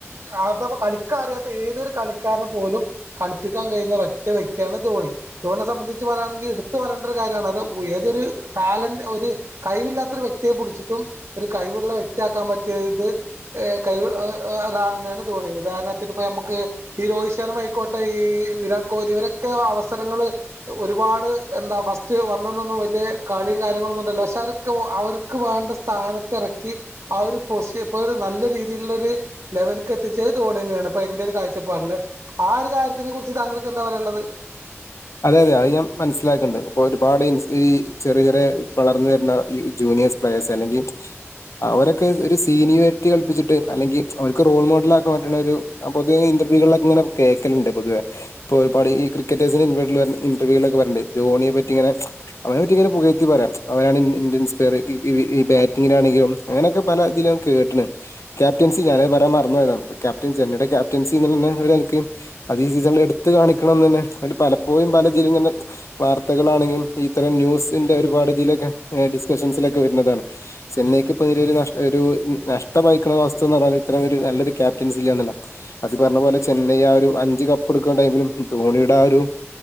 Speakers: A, on the right; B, on the left.
A: അഥവാ കളിക്കറിയാത്ത ഏതൊരു കളിക്കാരനെ പോലും കളിപ്പിക്കാൻ കഴിയുന്ന ഒരൊറ്റ വ്യക്തി യാണ്ധോണി ധോണെ സംബന്ധിച്ച് പറയയാണെങ്കിൽ എടുത്തു പറയേണ്ട ഒരു കാര്യമാണ് അത് ഏതൊരു ടാലന്റ് ഒരു കഴിവില്ലാത്ത ഒരു വ്യക്തിയെ പിടിച്ചിട്ടും ഒരു കഴിവുള്ള വ്യക് യാക്കാൻ പറ്റിയത് കൈ ഒരാൾ യാണ് ധോണി ഉദാഹണത്തിന് ഇ നമ്മ ഈ രോഹിത് ശർമ്മ ആയിക്കോട്ടെ ഈ വിരാട് കോഹ്ലി ഇവരൊ ക്കെ അവസരങ്ങള് ഒരുപാട് എന്താ ഫസ്റ്റ് വന്നെന്നൊന്നും വലിയ കളിയും കാര്യങ്ങളൊന്നും ഉണ്ടല്ലോ പക്ഷെ അതൊക്കെ അവർക്ക് വേണ്ട സ്ഥാനത്തി ഇറക്കി ആ ഒരു പൊസിഷ ഇപ്പൊ നല്ല രീതിയിൽക്ക്ള്ള ഒരു ലെവൽക്ക് എത്തിച്ചത് ധോണി തന്നെയാണ് ഇപ്പൊ എന്റെ ഒരു കാഴ്ചപ്പാടില് ആ ഒരു കാര്യത്തിനെ കുറിച്ച് താങ്കൾക്ക് എന്താ പറയുള്ളത്
B: അതെ അതെ അത് ഞാൻ മനസ്സിലാക്ക്ണ്ട് ഇപ്പൊ ഒരുപാട് ഈ ചെറിയ ചെറിയ വളർന്നു വരുന്ന ഈ ജൂനിയഴ്സ് പ്ലേഴ്സ് അല്ലെങ്കിൽ അവരൊക്കെ ഒരു സീനിയോരിറ്റി കൽപ്പിച്ചിട്ട് അല്ലെങ്കിൽ അവർക്ക് റോൾ മോഡൽ ആക്കാൻ പറ്റുന്ന ഒരു പൊതുവേ ഇന്റർവ്യൂുകളിലൊക്കെ ഇങ്ങെ കേൾക്കലുണ്ട് പൊതുവേ ഇപ്പൊ ഒരുപാട് ഈ ക്രിക്കറ്റേഴ്സിന് ഇൻവോ ഇന്റർവ്യൂകളെക്കെ പറയ്ണ്ട് ധോണിയെ പറ്റിങ്ങനെ അവനെ പറ്റി ഇങ്ങനെ പുകയ്ത്തി പറയാ അവനാണ് ഇന്ത്യൻസ് ഇൻസ്പെയർ ഈ ബാറ്റിങ്ങിനാണെങ്കിലും അങ്ങനെയൊക്കെ പല ഇതിലും കേട്ട്ണ് ക്യാപ്റ്റൻസി ഞാന് പറയാൻ മറന്ന് പോയതാണ് ക്യാപ്റ്റൻ ചെന്നൈടെ ക്യാപ്റ്റൻസിന്ന് പറക്ക് അത് ഈ സീസണിൽ എടുത്ത കാണിക്കണംന്ന് തന്നെല പോയിപല ഇതിലും ഇങ്ങനെ വാർത്തകളാണെങ്കിലും ഇത്തരം ന്യൂസിന്റെ ഒരുപാട് ഇതിലൊക്കെ ഡിസ്കഷൻസിലൊക്കെ വരുന്നതാണ് ചെന്നൈക്ക് ഇപ്പോ ഇ ഒരുഷ ഒരു നഷ്ടംമായിയിക്ക്ണ വസ്തു എന്ന് പറഞ്ഞൽ ഇത്തരം ഒരു നല്ലൊരു ക്യാപ്റ്റൻസി ഇല്ല എന്നുള്ള അത് പറഞ്ഞ പോലെ ചെന്നൈ ആ ഒരു അഞ്ചു കപ്പ് എടുക്കുന്ന ടൈമിലും ധോണിയുടെ ആ ഒരു